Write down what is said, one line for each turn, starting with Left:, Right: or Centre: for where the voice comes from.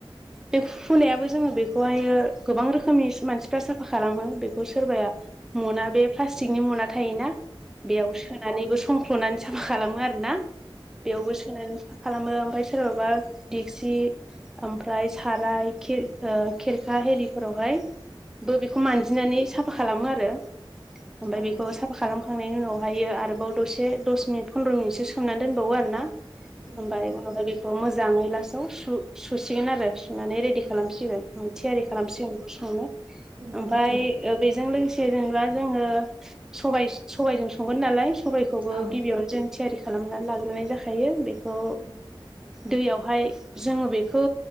Centre: बे फुनायाबो जोङो बे बेखौहायो गोबां रोखोमनि मानसिफ्रा साफा खालामो बे बे सोरबाया मना बे प्लास्टिकनि मना थायोना बेयाव सोनानैबो संख नानै साफा खालामो आरो ना? बेयावबो सोनानै सा खालामो ओमफ्राय सोरबाबा दिगसि ओमफ्राय साराय खेर ओ खेरखा हेरिफोरावहाय बे बेखौ मानजिनानै साफा खालामो आरो ओमफ्राय
Right: औ
Centre: बेखौ साफा खालाम खांनायनि उनावहायो आरोबाव दसे दस मिनिट फन्द्र' मिनिटसो सोमनानै दोनबावो आरोना
Right: उम
Centre: ओमफ्राय
Right: उम
Centre: उहाय बेखौ मोजाङै लास्टाव सु सुसिगोन आरो सुनानै रेडि खालामसिगोन थियारि खालामसिगोन ओंख्रि संनो
Right: उम
Centre: ओमफाय
Right: उम उम
Centre: बेजों लोगोसे जेनेबा जोङो सबाय सबायजों संगोन नालाय सबायखौबो
Right: औ
Centre: गिबियावनो जों थियारि खालामनानै लाग्रोनाय जाखायो बेखौ
Right: उम
Centre: दैयाव बेहाय जोङो बेखौ